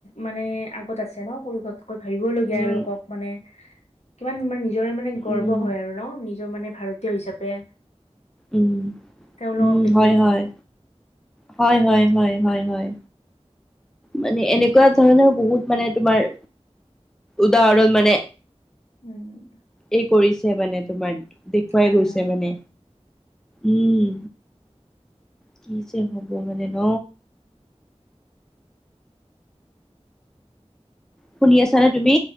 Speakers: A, on the left; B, in the centre.
A: মানে আগত আছে ন পষতকৈ ভাবিবলগীয়া
B: উম
A: এলোকক মানে কিমান মানে নিজৰে মানে গৰ্ব
B: উম
A: হয় আৰু ন নিজৰ মানে ভাৰতীয় হিচাপে
B: উম,
A: তেওঁলোকক
B: উম,
A: দেখি
B: হয় হয়, হয় হয় হয় হয় হয়। মানে এনেকুৱা ধৰণৰ বহুত মানে তোমাৰ, উদাহৰণ মানে
A: উম।
B: এই কৰিছে মানে তোমাৰ দেখুৱাই
A: হয়
B: গৈছে
A: হয়
B: মানে। উম, কি যে হ'ব মানে ন। শুনি আছা নে তুমি?